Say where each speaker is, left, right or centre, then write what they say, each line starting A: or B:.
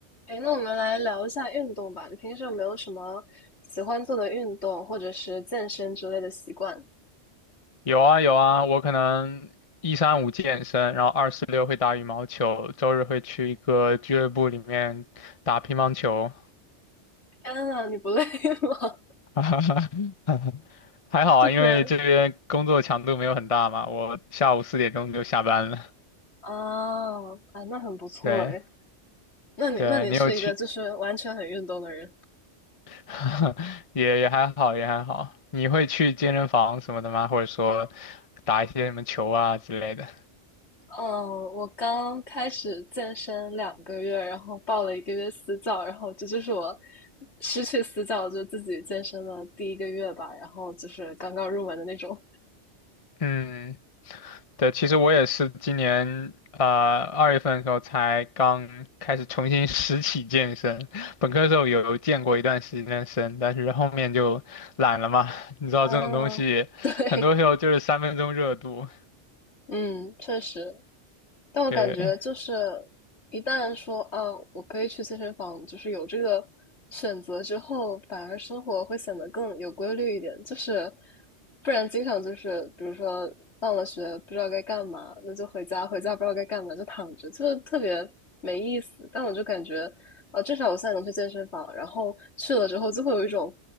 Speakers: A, on the left; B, on the left.
A: 哎，那我们来聊一下运动吧。你平时有没有什么喜欢做的运动，或者是健身之类的习惯？
B: 有啊有啊，我可能一三五健身，然后二四六会打羽毛球，周日会去一个俱乐部里面打乒乓球。
A: 天呐，你不累 <laughs> 吗？
B: <laughs> 还好啊，
A: 就是
B: 因为这边工作强度没有很大嘛，我下午四点钟就下班了。
A: 啊啊，那很不错哎。
B: 对
A: 那你那你是一个就是完全很运动的人。
B: 对，你有去，<laughs> 也也还好也还好。你会去健身房什么的吗？或者说打一些什么球啊之类的？
A: 嗯，我刚开始健身两个月，然后报了一个月私教，然后这就是我失去私教就自己健身的第一个月吧，然后就是刚刚入门的那种。
B: 嗯。对，其实我也是今年啊二月份的时候才刚开始重新 <laughs> 拾起健身，本科的时候有健过一段时间的身，但是后面就懒了嘛。<laughs> 你知道这种东西，
A: 嗯，<laughs> 对，
B: 很多时候就是三分钟热度。
A: 嗯，确实。但我感觉就是，
B: 对，
A: 一旦说啊，我可以去健身房，就是有这个选择之后，反而生活会显得更有规律一点。就是不然，经常就是，比如说放了学不知道该干嘛，那就回家，回家不知道该干嘛就躺着，就是特别没意思。但我就感觉，啊，至少我现在能去健身房，然后去了之后就会有一种，